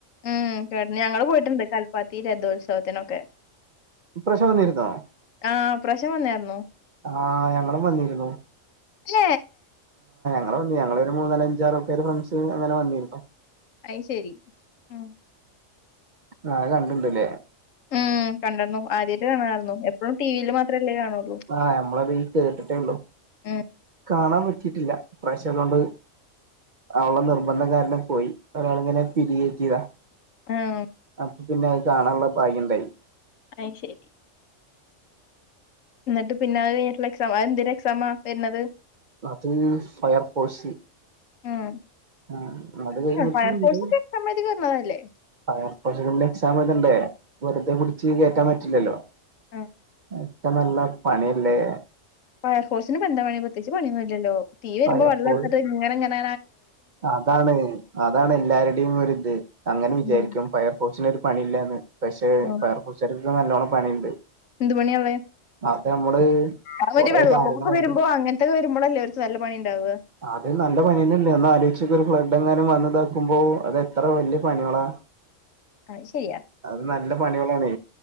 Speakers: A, on the left; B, on the right.
A: ഉം. കേട്ട്ണ്ണ്. ഞങ്ങള് പോയിട്ടുണ്ട് കൽപ്പാത്തി രഥോത്സവത്തിനൊക്കെ
B: ഇപ്രാവശ്യം വന്നിരുന്നോ
A: ആഹ് പ്രശം വന്നായിരുന്നു
B: ആഹ് ഞങ്ങളും വന്നിരുന്നു
A: ഏ
B: നങ്ങൾ വന്നു നങ്ങൾ ഒരു മൂന്നാല്ഞ്ചറക്കെ ഫ്രണ്ട്സ് അങ്ങനെ വന്നിരുന്നു
A: അയ് ശരി ഉം
B: ആ അത് കണ്ടിണ്ടല്ലേ
A: ഉം കണ്ടായിരുന്നു ആദ്യായിട്ട് കാണായിരുന്നു എപ്പഴും ടി വിയിൽ മാത്രല്ലേ കാണുള്ളൂ
B: ആ നമ്മളപ്പോ ഈ കേട്ടിട്ടേ ഉള്ളു
A: ഉം
B: കാണാൻ പറ്റിട്ടില്ല ഇ പ്രാവശ്യം അതുകൊണ്ട് അവള നിർബന്ധകാരനെ പോയി ഒരാളിങ്ങനെ പിരികെറ്റിയതാ
A: ആഹ്
B: അപ്പൊ പിന്നെ അത് കാണാനുള്ള ഭാഗ്യണ്ടായി
A: അത് ശരി എന്നിട്ട് പിന്നെ അത് കഴിഞ്ഞട്ടുള്ള എക്സാം എന്തി എക്സാ ആ വരുന്നത്
B: അത് ഫയർ ഫോഴ്സ്
A: ഉം
B: ആ അടെ കഴട്ട
A: ഫയർഫോഴ്സ്
B: ഉണ്ട്
A: ഒക്കെ എക്സാം എഴുതി വന്നതല്ലേ
B: ഫയർഫോഴ്സിൽ എക്സാം വതുണ്ടേ വെറുതെ പിടിച്ച് കേറ്റാൻ പറ്റില്ലല്ലോ
A: ആ
B: ഇക്ക നല്ല പണിയല്ലേ
A: ഫയർഫോഴ്സിന് ഇപ്പോ എന്താ പണി പ്രത്യേകിച്ച് പണിയന്നുമില്ലല്ലോ തീ വരുമ്പോ
B: ഫയർ
A: വള്ളങ്ങനങ്ങന
B: ഫോഴ് അതാണ് അതാണ് എല്ലാരുടെയും ഒരിത് അങ്ങനെ വിചാരിക്കും
A: ഉം
B: ഫയർഫോഴ്സിനൊരു പണിയില്ലന്ന് പക്ഷെ
A: ഉം.
B: ഫയർ ഫോഴ്സിനൊക്കെ നല്ലോണം പണിയുണ്ട്
A: എന്ത് പണിയാലേ
B: അത നമ്മള്
A: അവ
B: കൊറേ
A: ഒരു വെള്ളപ്പൊക്കൊക്കെ
B: കാര്യങ്ങളുണ്ട്
A: വരുമ്പോ അനത്തൊരുമ്പോല്ല അവർക്ക് നല്ല പണിണ്ടാവുക
B: അത് നല്ല പണി തന്നെല്ലേ ഒന്ന് ആലോചിക്കു ഒരു ഫ്ലഡ് എങ്ങാനും വന്നതാക്കുമ്പോ അതെത്ര വലിയ പണികളാ
A: ആ ശരി
B: അത് നല്ല പണികളാണ്